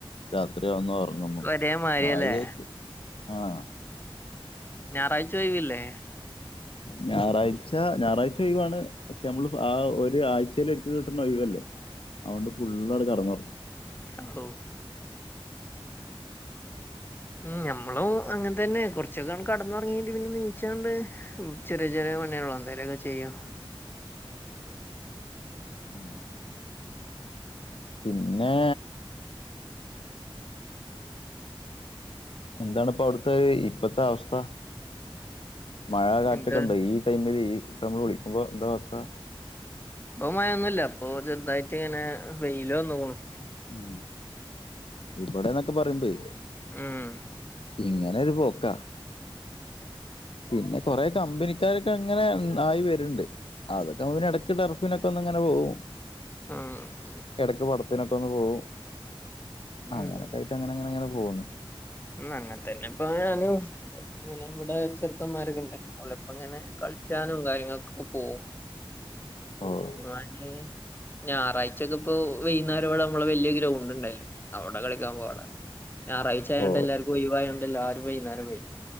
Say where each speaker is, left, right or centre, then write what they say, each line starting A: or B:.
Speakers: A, on the left; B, on the left.
A: രാത്രിയാവുന്നു ഓർങ്ങുന്നു
B: ഒരേ മാരിയല്ലേ
A: കാര്യായിട്ട് ആഹ്
B: ഞായറാഴ്ച്ചൊയ് വില്ലേ
A: ഞായറാഴ്ച ഞായറാഴ്ചൊഴ് വാണ് പക്ഷെ അമ്മള് ആ ഒരു ആഴ്‌ച്ചേലൊര്ക്കെ കിട്ട്ണ ഒഴിവല്ലേ അതൊണ്ട് ഫുള്ളട് കട്ന്നോർങ്ങി.
B: കൗ ഉം ഞമ്മളു അങ്ങൻ തന്നെ കൊർച്ചൊക്കണ്ട് കട്ന്നൊർങ്ങ്യാണ്ട് പിന്നെ നീച്ചണ്ട് ഉം ചെറ്യെ ചെറ്യെ പണികളോ എന്തേലൊക്കെ ചെയ്യും.
A: ഉം പിന്നെ എന്താണ് പ്പോ അവട്ത്തെ ഇപ്പത്തെ അവസ്ഥ മഴ കാറ്റൊക്കെണ്ടോ
B: എന്താ
A: ഈ ടൈമ്‌ല് ഈ <unintelligible> വിളിക്കുമ്പോൾ എന്താ വസ്ഥ
B: അപ്പ മയൊന്നുല്ല ഇപ്പൊ ചെറ്തായിട്ട് ങ്ങനെ വെയില് വന്നോക്ക്ണു.
A: ഉം ഇബടെന്നൊക്കെ പറിമ്പെയ്
B: ഉം
A: ഇങ്ങനൊരു പോക്കാ പിന്നെ കൊറെ കമ്പനിക്കാരൊക്കെ ങ്ങനെ ആയി വെര്ണ്ട്. അതൊക്കെ എടക്ക് ടർഫിനൊക്കൊന്ന് ങ്ങനെ പോവും
B: ഉം
A: എടക്ക് പടത്തിനൊക്കൊന്ന് പോവും
B: ഉം
A: അങ്ങനെക്കയിട്ടങ്ങന ങ്ങനെ ങ്ങനെ പോവുന്നു.
B: ഉം അങ്ങൻത്തന്നെപ്പൊ <unintelligible> ഞങ്ങളവടെ ചെറ്ക്കന്മാരൊക്കെണ്ട് അവലൊപ്പങ്ങനെ കളിച്ചാനും കാര്യങ്ങക്കൊക്കെ പോവും. <unintelligible>
A: ആഹ്
B: <unintelligible> ഞായറാഴ്ചക്കെ പ്പോ വൈകുന്നേരംവടെ അമ്മളെ വെല്യ ഗ്രൗണ്ട് ണ്ടാല്ലോ അവടെ കളിക്കാൻ പോവാ <unintelligible> ഞാറാഴ്ചായോണ്ട്
A: ഓ
B: എല്ലാര് കൊയ് വായോണ്ടെല്ലാരും വൈന്നാരം വരും